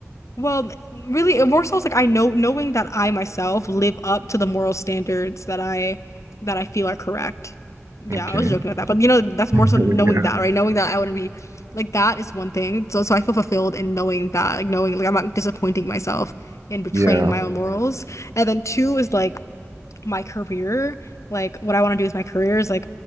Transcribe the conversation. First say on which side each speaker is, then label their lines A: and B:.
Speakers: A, on the left; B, on the right.
A: Well, really, it more so it's like I know knowing that I myself live up to the moral standards that I that I feel are correct. Yeah,
B: Okay,
A: I was joking about that, but you know, that's more
B: <laughs>
A: so knowing
B: yeah,
A: that, right? Knowing that I wouldn't be like that is one thing. So, so I feel fulfilled in knowing that, like knowing like I'm not disappointing myself in betraying
B: yeah,
A: my own morals. And then two is like my career. Like what I want to do is my career is like